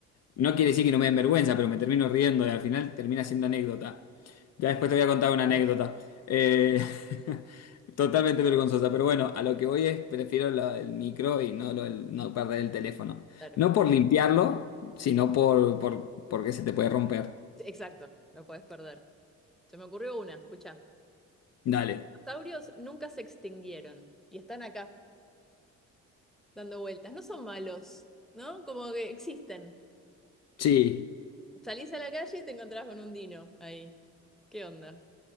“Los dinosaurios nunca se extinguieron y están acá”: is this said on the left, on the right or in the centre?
Centre